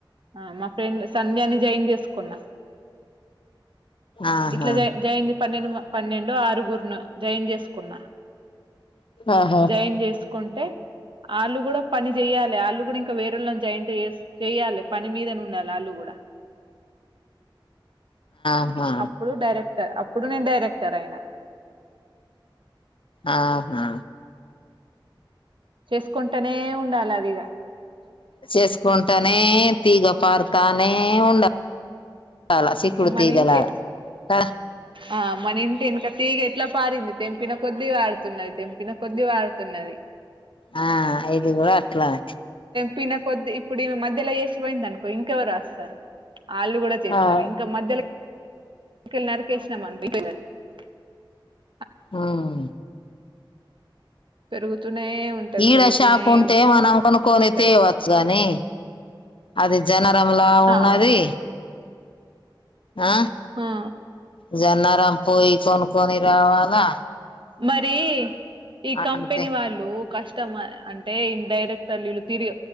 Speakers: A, on the right; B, on the left.
A: ఆ మా ఫ్రెండ్ సంధ్యని జాయిన్ చేసుకున్నా
B: ఆహా
A: ఇట్లా జ జైన్ పన్నెండు పన్నెండు ఆరుగురునో జయిన్ చేసుకున్నా
B: ఆహా
A: జైయిన్ చేసుకుంటే ఆళ్లు కూడా పని చెయ్యాలే ఆళ్లు కూడా ఇంకా వేరేళ్ళని జాయింట్ చెయ్యాలి పని మీదని ఉండాలి ఆళ్లు కూడా
B: ఆహా
A: అప్పుడు డైరెక్టర్ అప్పుడు నేను డైరెక్టర్ అయిన
B: ఆహా
A: చేసుకుంటానే ఉండాలి అదిఇగ
B: చేసుకుంటానే తీగ పారుతానే ఉండాల్ అలా సేకృతి
A: మన ఇంటే
B: గల అలా
A: ఆ మన ఇంటి ఎనక తీగ ఎట్లా ప పారింది తెంపిన కొద్ది వాడుతున్నది తెంపిన కొద్ది వాడుతున్నది
B: ఆ ఇది గూడ అట్లానే
A: పిన కొద్ది ఇప్పుడు ఈమే మధ్యలో ఎసిపోయింది అనుకో ఇంకెవరు రాస్తారు వాళ్ళు కూడా చేస్తారు
B: ఆ
A: ఇంకా మధ్యలో కెళ్ళినరు <unintelligible>
B: ఉమ్
A: పెరుగుతు పెరుతూనే ఉంటది
B: ఈడ
A: పెరుగుతూనే
B: షాప్ ఉంటే
A: ఉంట్
B: మనం కొనుక్కొని
A: ఉంటది
B: తేవచ్చు గాని అది జనరంలా ఉన్నది
A: అవ్
B: ఆ
A: ఆ
B: జన్నర పోయి కొనుక్కొని రావాలా
A: మరీ ఈ
B: అంటే
A: కంపెనీ వాళ్ళు కష్ అంటే ఇన్ డైరెక్టర్ వీళ్ళు తిరి